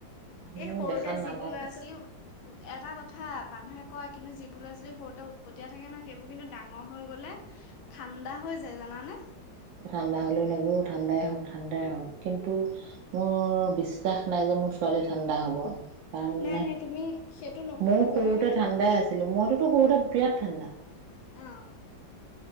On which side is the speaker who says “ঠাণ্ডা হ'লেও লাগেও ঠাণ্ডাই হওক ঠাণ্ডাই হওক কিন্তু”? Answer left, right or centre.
Right